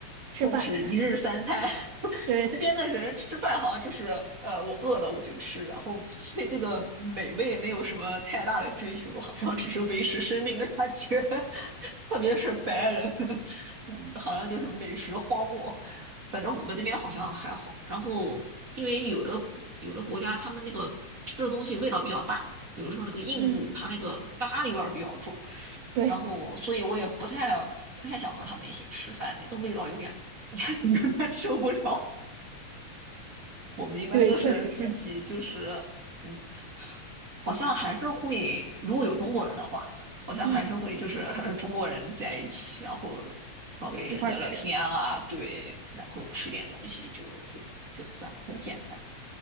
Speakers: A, on the right; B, on the right.
A: 吃饭，
B: 重视一日三餐，<laughs>
A: 对，
B: 这边的人吃饭好像就是呃我饿了我就吃，然后对这个美味没有什么太大的追求，好像只是维持生命的感觉。<laughs> 特别是白人，<laughs> 嗯好像就是美食荒漠。反正我们这边好像还好。然后，因为有的国有的国家他们那个吃的东西味道比较大，比如说那个印度，
A: 嗯，
B: 它那个咖喱味儿比较重，
A: 对，
B: 然后所以我也不太不太想和他们一起吃饭，那个味道有点 <laughs> 有点受不了。我们一般都是自己就是嗯。
A: 对，确实是，
B: 好像还是会，如果有中国人的话，好像还是会就是
A: 嗯，
B: <laughs> 中国人在一起，然后稍微聊聊天啊，
A: 一块儿吃，
B: 对，然后吃点东西就就就算很简单。